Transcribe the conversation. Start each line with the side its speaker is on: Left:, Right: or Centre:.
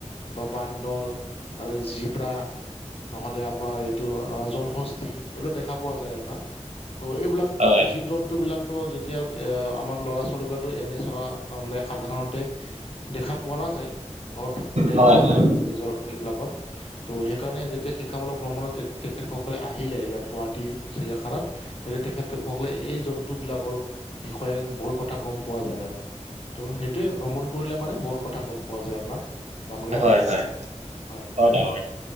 Left: বা বান্দৰ আৰু জিব্ৰা নহ'লে আপোনাৰ এইটো জলহ এইবিলাক দেখা পোৱা যায় আৰু না ত' এইবিলাক
Right: হয়,
Left: জীৱ জন্তু বিলাকতো তিয়ক এয়া আমাৰ ল'ৰা ছোৱালী বিলাকটো এনে চৰা মানে সাধাৰণতে দেখা পোৱা নাযায় ঘৰত থাকোতে
Right: হয়,
Left: বা নিজৰ এইবিলাকত ত' সেই কাৰণে যেতিয়া শিক্ষামূলক ভ্ৰমণত তেখেতসকলে আহিলে ইয়াত গুৱাহাটী চিৰিয়াখানাত তেতিয়া তেখেত সকলে এই জন্তু বিলাকৰ বিষয়ে বহুত কথা গম পোৱা যায় আৰু। ত' সেইটোয়ে ভ্ৰমণ কৰিলে মানে বহুত কথা গম পোৱা যায় ন ডাঙৰীয়া,
Right: হয়, হয়।
Left: হয়
Right: ডাঙ হয় ডাঙৰীয়া।